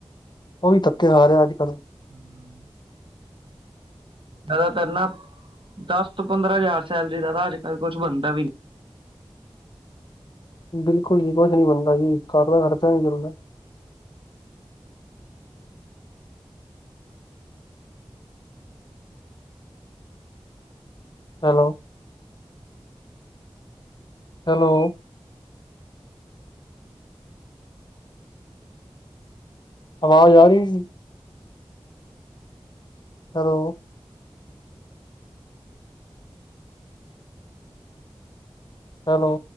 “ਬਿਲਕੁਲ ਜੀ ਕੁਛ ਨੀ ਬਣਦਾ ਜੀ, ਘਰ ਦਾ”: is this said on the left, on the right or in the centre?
Left